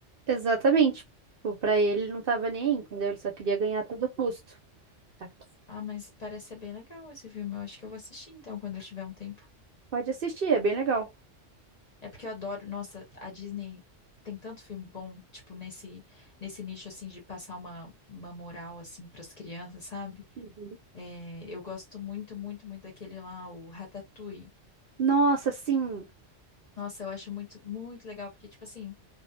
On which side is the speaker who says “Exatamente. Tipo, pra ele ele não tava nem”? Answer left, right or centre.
Right